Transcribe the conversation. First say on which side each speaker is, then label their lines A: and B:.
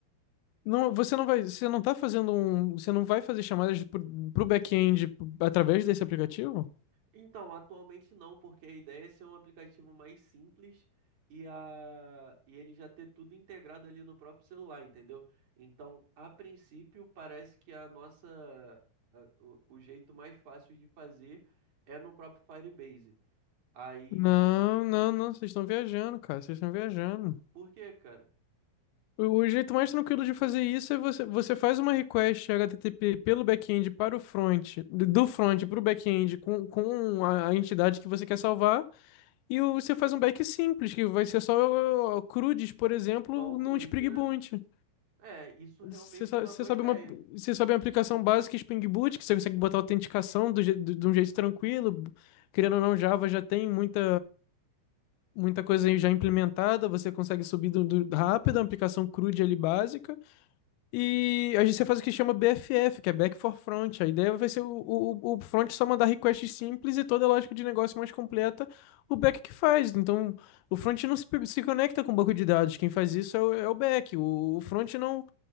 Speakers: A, on the left; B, on the right.
A: Não, você não vai. Você não tá fazendo um. Você não vai fazer chamadas pro, pro back-end através desse aplicativo?
B: Então, atualmente não, porque a ideia é ser um aplicativo mais simples e, a... e ele já ter tudo integrado ali no próprio celular, entendeu? Então, a princípio, parece que a nossa a- o, o jeito mais fácil de fazer é no próprio Firebase. Aí,
A: Não, não, não. Vocês estão viajando, cara. Vocês estão viajando.
B: por quê, cara?
A: O o jeito mais tranquilo de fazer isso é você, você faz uma request HTTP pelo back-end para o front, do do front para o back-end com, com a, a entidade que você quer salvar, e o- você faz um back simples, que vai ser só uh, CRUDs, por exemplo,
B: Só o CRUD,
A: num Spring
B: né?
A: Boot.
B: É, isso
A: Você,
B: realmente
A: sa-
B: é uma
A: você
B: boa
A: sabe
B: ideia.
A: uma, você sabe uma aplicação básica Spring Boot, que você consegue botar autenticação do je- de de um jeito tranquilo, querendo ou não, Java já tem muita, muita coisa aí já implementada, você consegue subir do, do- rápido, a aplicação CRUD ali básica. E a gente você faz o que chama BFF, que é Back for Front. A ideia vai ser o, o, o front só mandar requests simples e toda a lógica de negócio mais completa, o back que faz. Então, o front não se, pe- se conecta com o banco de dados. Quem faz isso é o, é o back. O, o front não,